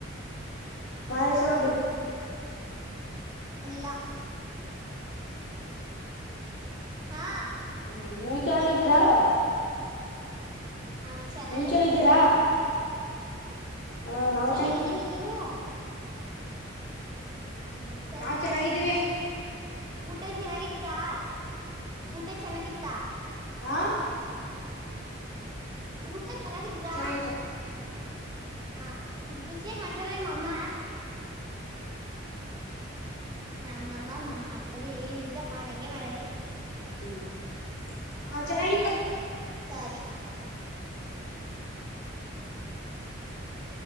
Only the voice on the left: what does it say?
ಮಹಳೇಶ್ವರ ಬೆಟ್.
ಹ್ಮ್ ನೀವ್ ಚೆನ್ನಾಗಿದ್ದೀರಾ.
ನೀವ್ ಚೆನ್ನಾಗಿದ್ದೀರಾ
ಹ ನಾವು
ನಾವ್ ಚೆನ್ನಾಗಿದ್ದೀವಿ
ಹ
ಚೆನ್ನಾಗಿತ್ತು
ಹ್ಮ್ ಆ ಚೆನ್ನಾಗಿತ್ತು.